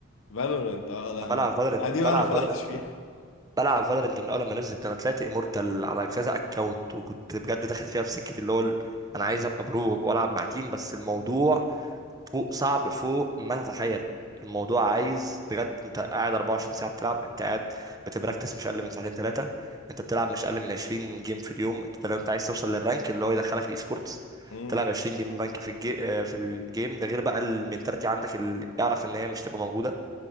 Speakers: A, on the left (about 75°); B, on the right (about 20°).
A: فالورنت اه لا
B: انا
A: انا
B: بلعب فالورنت
A: ادي
B: بلعب
A: انا فلحتش
B: فالورنت
A: فيها
B: بلعب فالورنت من اول ما نزلت انا طلعت امورتال على كذا اكونت وكنت بجد داخل فيها في سكه اللي هو ال- انا عايز ابقى برو والعب مع تيم بس الموضوع فوق صعب فوق ما تتخيل الموضوع عايز بجد انت قاعد 24 ساعة بتلعب انت قاعد بتبراكتس مش اقل من ساعتين ثلاثة انت بتلعب مش اقل من 20 جيم في اليوم انت لو انت عايز توصل للرانك اللي هو يدخلك الاي سبورتس
A: <laughs> مم.
B: تلعب 20 جيم رانك في الجي... آه، في الجيم ده غير بقى المنتاليتي عندك اللي اعرف ان هي مش تبقى موجودة